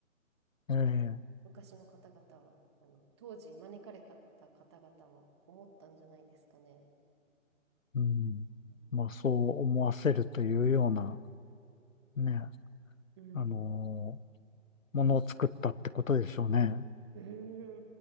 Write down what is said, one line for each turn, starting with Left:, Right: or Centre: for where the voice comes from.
Right: あの、
Left: ええ、
Right: 昔の方々は、あの、当時招かれた方々は思ったんじゃないですかね。
Left: うん、
Right: うん。
Left: まあ、そう思わせるというような、ね、
Right: うん。
Left: あのーものを作ったってことでしょうね。
Right: う